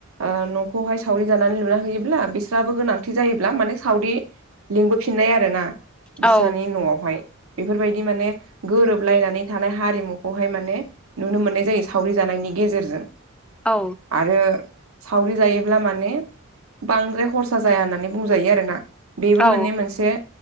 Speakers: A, on the right; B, in the centre.
A: ओ न'खौहाय सावरि जानानै लुना होयोब्ला बिसोराबो गोनांथि जायोब्ला माने सावरि लिंबो फिननाय आरोना बिस्रानि
B: औ
A: न'आवहाय बेफोरबायदि माने गोरोबलायनानै थानाय हारिमुखौहाय माने नुनो मोननाय जायो सावरि जानायनि गेजेरजों
B: औ
A: आरो सावरि जायोब्ला माने बांद्राय खरसा जाया होननानै बुंजायो आरोना बेबो
B: औ
A: माने मोनसे